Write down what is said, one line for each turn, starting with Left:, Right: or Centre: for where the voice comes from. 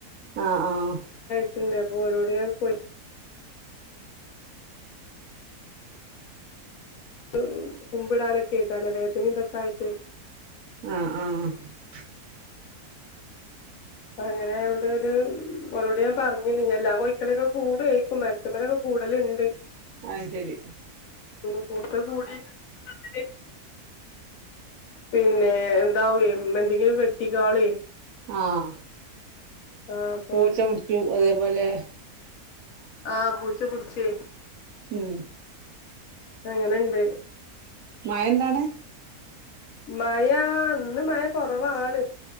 Right: ആഹ് ആഹ്
Left: റ്റ്ണ്ട് അപ്പൊ ഓരോടെ ഞാൻ കോയി <unintelligible> കുമ്പിടാനൊകെ ക്കെയേ തലവേദനയും ഇതൊക്കെ ആയിട്ട്
Right: ആഹ് ആഹ് ആഹ്
Left: അങ്ങനെ ആയോണ്ട് ഒരു ഓരോട് ഞാൻ പറഞ്ഞിന് ഇനി എല്ലാ കോയിക്കളെയൊക്കെ കൂട് വക്കും മരത്തിൻമേലൊക്കെ കൂടെല്ലാം ഉണ്ട്
Right: അത് ശരി
Left: ഉം കൂട്ട് കൂടി <unintelligible> പിന്നെ എന്താവേ എന്തെങ്കിലും വെട്ടികാളീ
Right: ആഹ്
Left: ആഹ് അപ്പൊ
Right: പൂച്ച പിടിച്ചു അതേ പോലെ
Left: ആഹ് പൂച്ച പുടി ച്ച്
Right: ഉം
Left: അങ്ങനെണ്ട്
Right: മയയുണ്ടോ അവിടെ
Left: മയാ ഇന്ന് മയ കൊറവാണ്